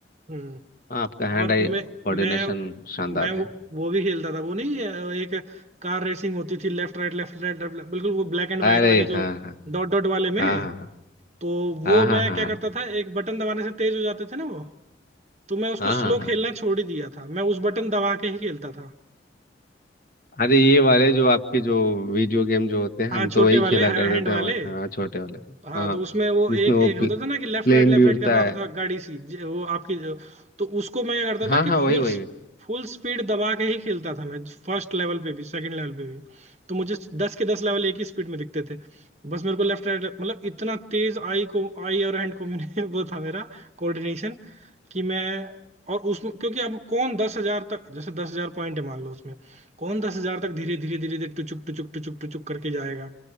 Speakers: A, on the right; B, on the left.
A: हम्म।
B: हाँ, आपका हैंड
A: और
B: आई
A: मैं
B: कोऑर्डिनेशन
A: मैं
B: शानदार
A: मैं वो,
B: है
A: वो भी खेलता था वो नहीं अ, एक कार रेसिंग होती थी लेफ्ट राइट लेफ्ट राइट बिल्कुल वो ब्लैक एंड व्हाइट
B: अरे
A: वाले जो
B: हाँ
A: डॉट डॉट वाले
B: हाँ
A: में
B: हाँ
A: तो वो
B: हाँ हाँ
A: मैं
B: हाँ हाँ
A: क्या करता
B: हाँ
A: था एक बटन दबाने से तेज हो जाते थे ना वो तो मैं उसको
B: हाँ
A: स्लो
B: हाँ हाँ हाँ।
A: खेलना छोड़ ही दिया था मैं उस बटन दबा के ही खेलता था
B: अरे ये वाले जो आपके जो वीडियो गेम जो होते हैं हम
A: हाँ
B: तो
A: छोटे
B: वही
A: वाले
B: खेला
A: हैंड
B: करते
A: वाले
B: थे हमारे यहाँ छोटे वाले
A: हाँ
B: हाँ
A: तो उसमें वो
B: जिसमें
A: एक
B: वो
A: एक होता
B: प्लेन
A: था ना कि लेफ्ट राइट लेफ्ट
B: भी उड़ता
A: राइट करना
B: है
A: होता था गाड़ी सी ज- वो आपकी तो उसको मैं क्या करता
B: हाँ
A: था कि
B: हाँ वही
A: फुल
B: वही
A: फुल स्पीड दबा के ही खेलता था मैं फर्स्ट लेवल पे भी सेकंड लेवल पे भी तो मुझे दस के दस लेवल एक ही स्पीड में दिखते थे बस मेरे को लेफ्ट राइट मतलब इतना तेज आई को आई और हैंड को <laughs> मैंने वो था मेरा कोऑर्डिनेशन कि मैं और उसमें क्योंकि अब कौन दस हजार तक जैसे दस हजार पॉइंट है मान लो उसमें कौन दस हजार तक धीरे धीरे धीरे धीरे टुचुक टुचुक टुचुक टुचुक करके जाएगा